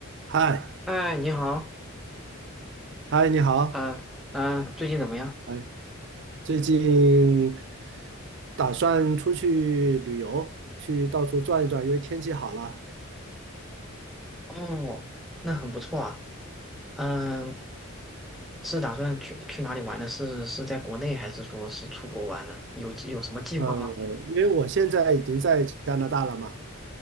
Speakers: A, on the right; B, in the centre.
A: 嗨，
B: 哎，你好，
A: 嗨，你好，
B: 呃呃，最近怎么样？
A: 哎，最近打算出去旅游，去到处转一转，因为天气好了。
B: 哦，那很不错啊。嗯、是打算去去哪里玩呢？是是在国内还是说是出国玩呢？有计有什么计划吗？
A: 嗯，因为我现在已经在加拿大了嘛，